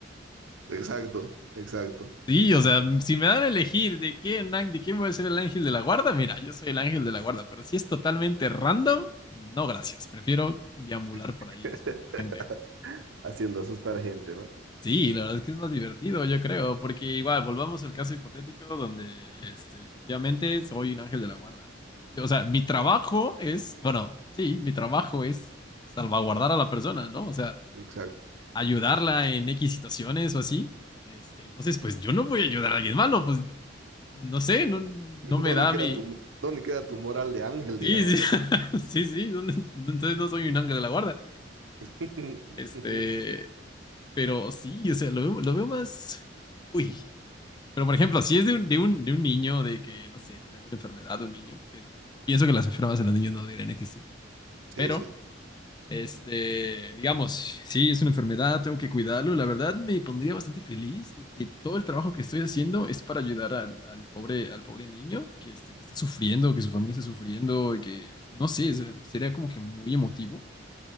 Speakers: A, on the right (about 85°); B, on the left (about 20°).
A: Exacto, exacto.
B: Sí, o sea, si me dan a elegir de quién, an- de quién voy a ser el ángel de la guarda, mira, yo soy el ángel de la guarda, pero si es totalmente random, no gracias, prefiero deambular
A: <laughs>
B: por ahí y espantar gente.
A: Haciendo asustar gente, ¿no?
B: Sí, la verdad es que es más divertido, yo creo, porque igual, volvamos al caso hipotético donde este, efectivamente soy un ángel de la guarda. Yo, o sea, mi trabajo es, bueno, sí, mi trabajo es pues, salvaguardar a la persona, ¿no? O sea,
A: Exacto.
B: ayudarla en X situaciones o así. Este, entonces, pues yo no voy a ayudar a alguien malo, pues No sé,
A: <laughs>
B: no, no
A: ¿Dónde
B: me da
A: queda
B: mi.
A: tu, dónde queda tu moral de ángel,
B: Sí,
A: digamos,
B: sí, <laughs>
A: ¿no?
B: sí, sí, ¿dónde- entonces no soy un ángel de la guarda.
A: <laughs>
B: Este, pero sí, o sea, lo veo, lo veo más. Uy. Pero por ejemplo, si es de un, de un, de un niño, de que, no sé, tiene alguna enfermedad, un niño, que pienso que las enfermedades en los niños no deberían existir.
A: Sí,
B: Pero
A: sí.
B: Este, digamos, sí, es una enfermedad, tengo que cuidarlo. La verdad me pondría bastante feliz de que todo el trabajo que estoy haciendo es para ayudar al, al pobre, al pobre niño que, este, que está sufriendo, que su familia está sufriendo, y que, no sé, es- sería como que muy emotivo.